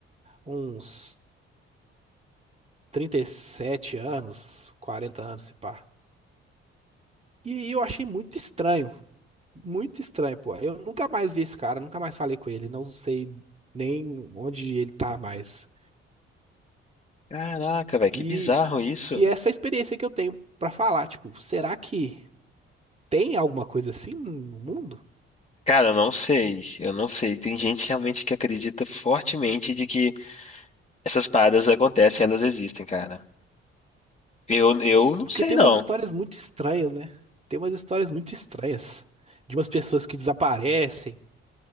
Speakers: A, on the right (about 20°); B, on the left (about 20°).
A: uns 37 anos, 40 anos, se pá. E aí eu achei muito estranho, Muito estranho, pô. Eu nunca mais vi esse cara, nunca mais falei com ele, não sei nem onde ele tá mais.
B: Caraca, velho, que
A: E,
B: bizarro isso.
A: e é essa experiência que eu tenho pra falar, tipo, será que tem alguma coisa assim no mundo?
B: Cara, eu não sei, eu não sei. Tem gente realmente que acredita fortemente de que essas paradas acontecem, elas existem, cara. Eu, eu não
A: Porque
B: sei,
A: tem
B: não.
A: umas histórias muito estranhas, né? Tem umas histórias muito estranhas de umas pessoas que desaparecem.